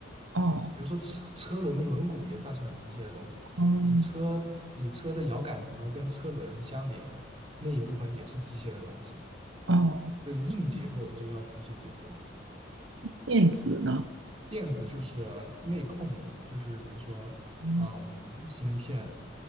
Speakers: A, on the right (about 75°); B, on the right (about 30°).
A: 哦
B: 比如说车车轮的轮毂也算是很机械的东西。
A: 嗯
B: 你车你车的摇杆怎么跟车轮相连，那一部分也是机械的东西。
A: 哦，
B: 呃，硬结构就叫机械结构嘛。
A: 电子呢？
B: 电子就是内控，就是比如说，
A: 嗯
B: 嗯，芯片，